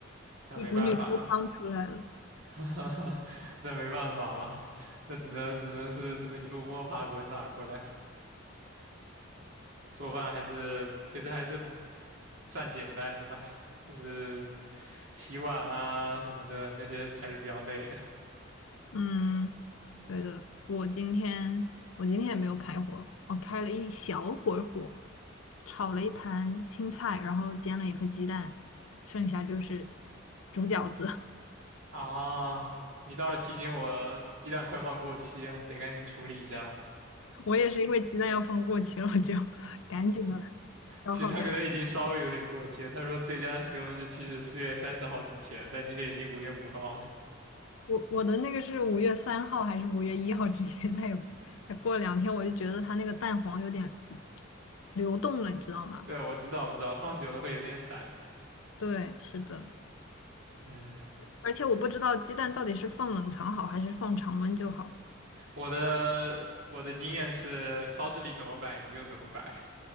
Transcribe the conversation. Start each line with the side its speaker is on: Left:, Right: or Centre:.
Right: 那没办法嘛。
Left: 一股女高汤出来了。
Right: <laughs> 那没办法嘛，那只能只能是这么一路摸爬滚打过来。做饭还是其实还是算简单的吧，就是洗碗啊什么的那些才是比较累的
Left: 嗯，对的，我今天我今天也没有开火，我开了一小会儿火，炒了一盘青菜，然后煎了一颗鸡蛋，剩下就是煮饺子。<laughs>
Right: 啊。你倒是提醒我，鸡蛋快放过期了，得赶紧处理一下了
Left: 我也是因为鸡蛋要放过期了，我就 <laughs> 赶紧的消耗掉。
Right: 其实它可能已经稍微有点过期了，他说最佳使用日期是四月三十号之前，但今天已经五月五号了。
Left: 我我的那个是五月三号还是五月一号之前，它有它过了两天，我就觉得它那个蛋黄有点 <tsk> 流动了，你知道吗？
Right: 对，我知道，我知道，放久了会有点散。
Left: 对，是的。
Right: 嗯，
Left: 而且我不知道鸡蛋到底是放冷藏好还是放常温就好。
Right: 我的我的经验是，超市里怎么摆你就怎么摆。